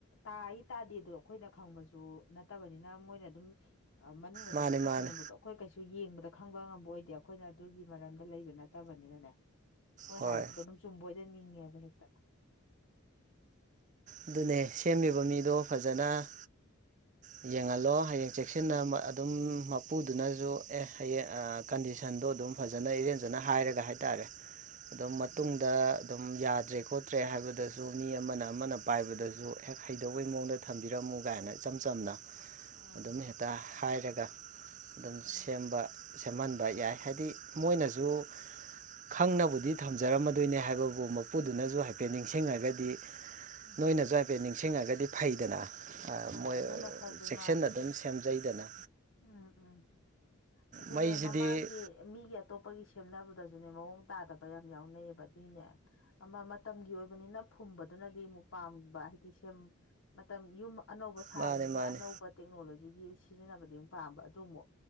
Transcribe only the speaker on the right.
ꯃꯥꯅꯦ
ꯃꯥꯅꯦ
ꯍꯣꯏ
ꯑꯗꯨꯅꯦ ꯁꯦꯝꯃꯤꯕ ꯃꯤꯗꯣ ꯐꯖꯅ ꯌꯦꯡꯍꯜꯂꯣ ꯍꯌꯦꯡ ꯆꯦꯛꯁꯤꯟꯅ ꯑꯗꯨꯝ ꯃꯄꯨꯗꯨꯅꯖꯨ ꯑꯦ ꯍꯌꯦꯡ ꯑꯥ ꯀꯟꯗꯤꯁꯟꯗꯣ ꯑꯗꯨꯝ ꯐꯖꯅ ꯏꯔꯦꯟꯖꯅ ꯍꯥꯏꯔꯒ ꯍꯥꯏꯇꯥꯔꯦ ꯑꯗꯨꯝ
ꯃꯇꯨꯡꯗ ꯑꯗꯨꯝ ꯌꯥꯗ꯭ꯔꯦ ꯈꯣꯠꯇ꯭ꯔꯦ ꯍꯥꯏꯕꯗꯁꯨ ꯃꯤ ꯑꯃꯅ ꯑꯃꯅ ꯄꯥꯏꯕꯗꯖꯨ ꯍꯦꯛ ꯍꯩꯗꯧꯕꯩ ꯃꯑꯣꯡꯗ ꯊꯝꯕꯤꯔꯝꯃꯨ ꯀꯥꯏꯅ ꯏꯆꯝ ꯆꯝꯅ
ꯑꯗꯨꯝ ꯍꯦꯛꯇ ꯍꯥꯏꯔꯒ ꯑꯗꯨꯝ
ꯁꯦꯝꯕ ꯁꯦꯝꯍꯟꯕ ꯌꯥꯏ ꯍꯥꯏꯗꯤ ꯃꯣꯏꯅꯁꯨ ꯈꯪꯅꯕꯨꯗꯤ ꯊꯝꯖꯔꯝꯃꯗꯣꯏꯅꯦ ꯍꯥꯏꯕꯕꯨ ꯃꯄꯨꯗꯨꯅꯁꯨ ꯍꯥꯏꯐꯦꯠ ꯅꯤꯡꯁꯤꯡꯉꯒꯗꯤ
ꯅꯣꯏꯅꯁꯨ ꯍꯥꯏꯐꯦꯠ ꯅꯤꯡꯁꯤꯡꯉꯒꯗꯤ ꯐꯩꯗꯅ
ꯃꯣꯏ
ꯆꯦꯛꯁꯤꯟꯅ
ꯑꯗꯨꯝ ꯁꯦꯝꯖꯩꯗꯅ
ꯃꯩꯁꯤꯗꯤ
ꯃꯥꯅꯦ ꯃꯥꯅꯦ